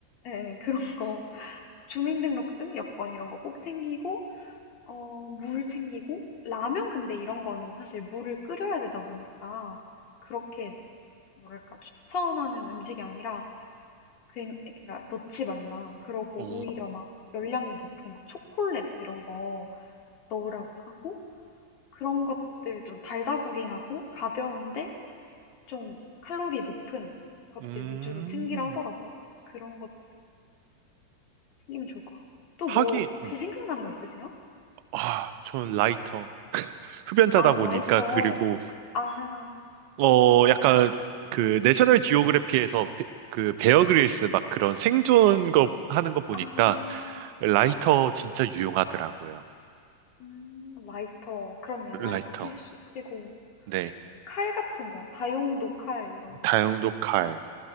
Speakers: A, on the left; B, on the right.
A: 예, 예, 그런 거. 주민등록증, 여권 이런 거 꼭 챙기고, 어, 물 챙기고, 라면 근데 이런 거는 사실 물을 끓여야 되다 보니까 그렇게 뭐랄까 추천하는 음식이 아니라 그냥 그러니까 넣지 말라. 그러고
B: 오,
A: 오히려 막 열량이 높은 초콜릿 이런 거 넣으라고 하고 그런 것들 좀 달다구리하고 가벼운데 좀 칼로리 높은 것들
B: 음,
A: 위주로 챙기라 하더라고요. 그래서 그런 것 챙기면 좋을 것 같고. 또
B: 하긴,
A: 뭐, 혹시
B: 음,
A: 생각나는 거 있으세요?
B: 아, 전 라이터. 흡연자다
A: 아, 라이터.
B: 보니까, 그리고
A: 아하,
B: 어, 약간 그 내셔널 지오그래피에서 베- 그 베어 그릴스 막 그런 생존 거 하는 거 보니까
A: 아,
B: 라이터 진짜 유용하더라고요.
A: 음, 라이터. 그렇네요.
B: 라이터.
A: 라이터 필수. 그리고
B: 네.
A: 칼 같은 거, 다용도 칼 이런 것도
B: 다용도 칼